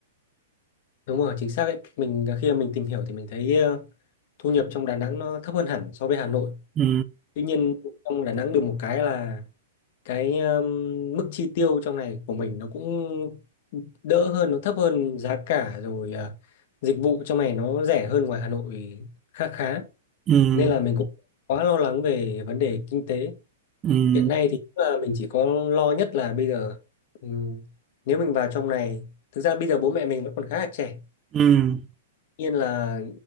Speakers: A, on the left (about 55°); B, on the right (about 25°).
A: đúng rồi chính xác đấy mình ờ, khi mà mình tìm hiểu thì mình thấy ờ, thu nhập trong Đà Nẵng nó thấp hơn hẳn so với Hà Nội
B: ừ.
A: tuy nhiên trong Đà Nẵng được một cái là cái um, mức chi tiêu trong này của mình nó cũng đỡ hơn nó thấp hơn giá cả rồi à, dịch vụ trong này nó rẻ hơn ngoài Hà Nội khá khá
B: Ừ.
A: nên là mình cũng quá lo lắng về vấn đề kinh tế
B: Ừ.
A: hiện nay thì cũng là mình chỉ có lo nhất là bây giờ ừm, nếu mình vào trong này thực ra bây giờ bố mẹ mình vẫn còn khá là trẻ
B: Ừ.
A: nhiên là